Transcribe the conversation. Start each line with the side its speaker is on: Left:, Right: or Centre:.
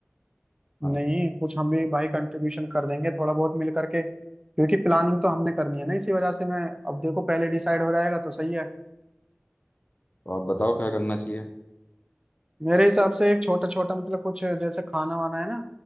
Left: हाँ
Right: नहीं कुछ हम भी भाई कंट्रीब्यूशन कर देंगे थोड़ा बहुत मिल करके क्योंकि प्लानिंग तो हमने करनी है ना इसी वजह से मैं अब देखो पहले डिसाइड हो जाएगा तो सही है
Left: तो आप बताओ क्या करना चाहिए
Right: मेरे हिसाब से एक छोटा छोटा मतलब कुछ जैसे खाना वाना है ना